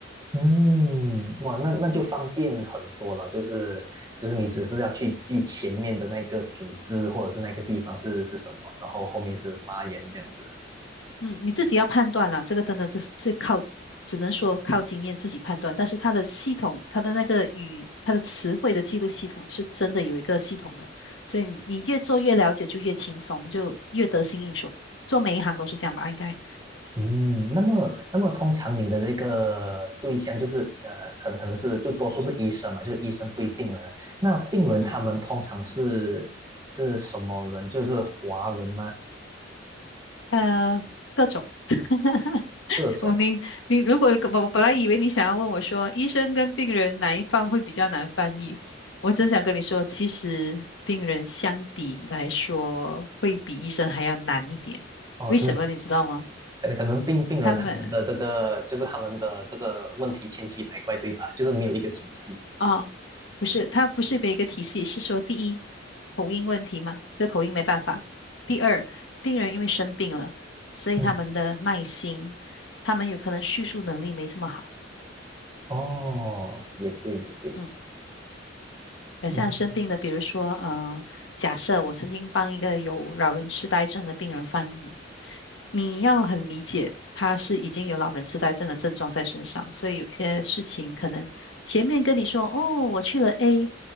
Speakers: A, on the right; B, on the left.
A: 嗯，哇，那那就方便很多了，
B: 嗯。
A: 就是就是你只是要去记前面的那个组织或者是那个地方是是什么，然后后面是发言这样子。
B: 嗯，你自己要判断啦，这个真的是是靠，只能说靠经验自己判断。但是它的系统，它的那个语，它的词汇的记录系统是真的有一个系统的，所以你越做越了解，就越轻松，就越得心应手。做每一行都是这样吧，应该。
A: 嗯，那么，那么通常你的这个对象就是呃，可能可能是就多数是医生嘛，就是医生对病人。那病人他们通常是是什么人？
B: 嗯，
A: 就是华人吗？
B: 呃，各种。<laughs>
A: 各种
B: 哦，你你如果我我本来以为你想要问我说，医生跟病人哪一方会比较难翻译，我真想跟你说，其实病人相比来说会比医生还要难一点。
A: 哦，
B: 为什么你知道吗？
A: 因为可能可能病病人他们的这个就是他们的这个问题千奇百怪，
B: 他们
A: 对吧？就是没有一个体系。
B: 啊，不是，他不是每一个体系，是说第一口音问题嘛，这口音没办法。第二，病人因为生病了，所以他们的耐心，
A: 嗯，
B: 他们有可能叙述能力没这么好。
A: 哦，也对，也对。
B: 嗯。对，
A: 嗯，
B: 像生病的，比如说，嗯，假设我曾经帮一个有老人痴呆症的病人翻译，你要很理解，他是已经有老人痴呆症的症状在身上，所以有些事情可能前面跟你说，哦，我去了 A，